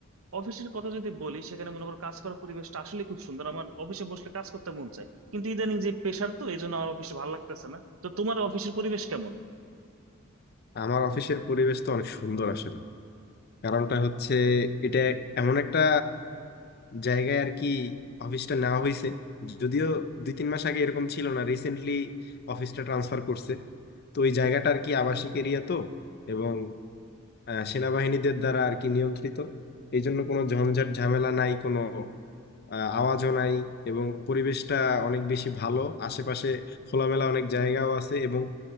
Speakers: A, on the right; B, on the left.
A: অফিসের কথা যদি বলি সেখানে মনে করো কাজ করার পরিবেশটা আসলে খুব সুন্দর আমার অফিসে বসলে কাজ করতে মন চায় কিন্তু ইদানিং যে প্রেশার তো এই জন্য আমার অফিসে ভালো লাগতেছে না তো তোমার অফিসের পরিবেশ কেমন
B: আমার অফিসের পরিবেশ তো অনেক সুন্দর আসলে কারণটা হচ্ছে এটা এমন একটা জায়গায় আর কি অফিসটা নেওয়া হয়েছে যদিও দুই তিন মাস আগে এরকম ছিল না রিসেন্টলি অফিসটা ট্রান্সফার করছে তো ওই জায়গাটা আর কি আবাসিক এরিয়া তো এবং আহ, সেনাবাহিনীদের দ্বারা আর কি নিয়ন্ত্রিত এই জন্য কোনো ঝঞ্ঝাট ঝামেলা নাই কোনো আহ, আওয়াজও নাই এবং পরিবেশটা অনেক বেশি ভালো আশেপাশে খোলামেলা অনেক জায়গাও আছে এবং